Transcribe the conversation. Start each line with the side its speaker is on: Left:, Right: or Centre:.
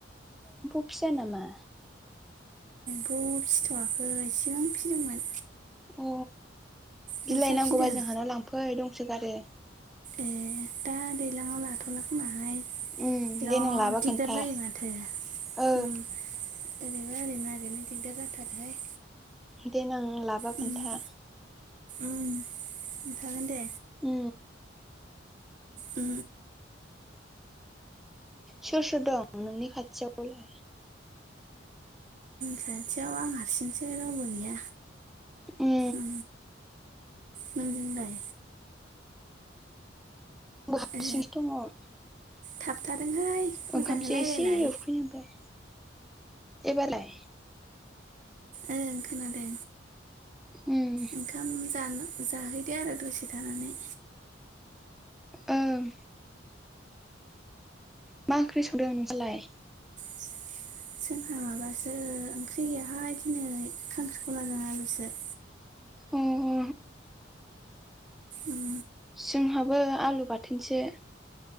Centre: फिसा नामा
Right: जोंहा फिथ'आखै इसेगां फिसिदोंमोन
Centre: अ
Right: नोंस्रा
Centre: बिलइनांगौबा
Right: फिदों
Centre: जोंहानाव लांफै दंसोगारो
Right: ए दा दैज्लाङाव लाथ'ला खोमाहाय। बेराथ
Centre: उम देनां लाबा
Right: दिगदार
Centre: खोन्था
Right: जायो माथो उम
Centre: ओ
Right: ओरैबा ओरै नागिरनो दिगदार जाथारोहाय
Centre: देनां लाबा
Right: उम
Centre: खोन्था
Right: उम थागोन दे
Centre: उ
Right: ओ
Centre: सोर सोर दं नोंनि खाथियाव लाय
Right: खाथियाव आं हारसिंसो रावबो गैया
Centre: उम
Right: ओ नोंजोंलाय
Centre: आंबो हारसिंसो
Right: ए
Centre: दं
Right: थाबथादोंहाय मोजाङै
Centre: ओंखाम
Right: रायलायलाय
Centre: एसे उखैनांबाय एबारलाय
Right: ओ खोनादों
Centre: उम
Right: ओंखाम जानो जाहैदो आरो दसे थानानै
Centre: ओं मा ओंख्रि संदों नोंसोरलाय
Right: सोलाय जोंहा माबासो ओंख्रि गैयाहाय दिनै खांख्रिखौलाजों आलुसो
Centre: ओ ओ
Right: उम
Centre: जोंहाबो आलु बाथोनसो